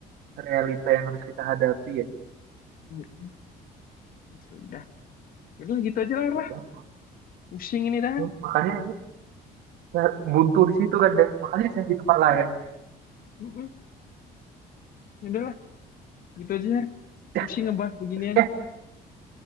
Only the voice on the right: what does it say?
realita yang harus kita hadapi ya.
Sudah,
makanya, makanya ya buntu di situ kan deh makanya saya di tempat
lain
<laughs> ya
eh